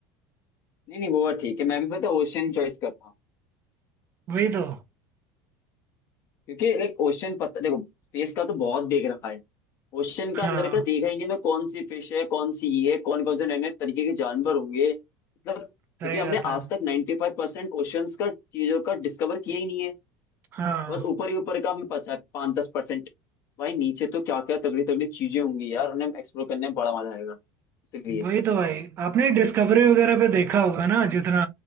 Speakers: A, on the left; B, on the right.
A: नहीं नहीं वो बात ठीक है मैं भी पता ओशन चॉइस करता हूँ
B: वही तो
A: क्योंकि लाइक ओशन पता देखो स्पेस का तो बहुत देख रखा है ओशन
B: हाँ
A: का अंदर का देखेंगे ना कौन सी फिश है कौन सी ये है कौन कौन से नए नए तरीके के जानवर होंगे मतलब क्योंकि
B: सही
A: हमने
B: बात
A: आज
B: है
A: तक 95% फाइव परसेंट ओशंस का चीजों का डिस्कवर किया ही नहीं है
B: हाँ
A: बस ऊपर ही ऊपर का हमें पता पाँच दस परसेंट भाई नीचे तो क्या क्या तगड़ी तगड़ी चीजें होंगी यार उन्हें एक्सप्लोर करने में बड़ा मजा आएगा इसलिए
B: वही तो भाई आपने डिस्कवरी वगैरह पे देखा होगा ना जितना